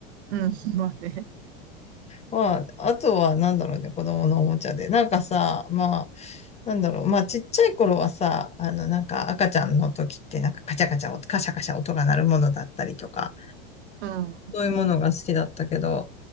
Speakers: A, on the right (about 80°); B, on the left (about 20°).
A: うん、まあね。
B: まあ、あとは、なんだろうね、子供のおもちゃで。なんかさ、まあ、なんだろう、まあ、ちっちゃい頃はさ、あの、なんか赤ちゃんの時って、なんかカチャカチャカシャカシャ音が鳴るものだったりとか、
A: うん、うん、
B: そういうものが好きだったけど、